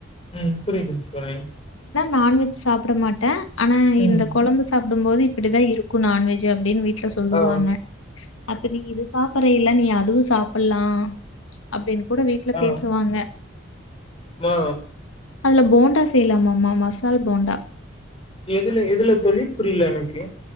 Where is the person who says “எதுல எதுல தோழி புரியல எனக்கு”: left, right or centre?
Left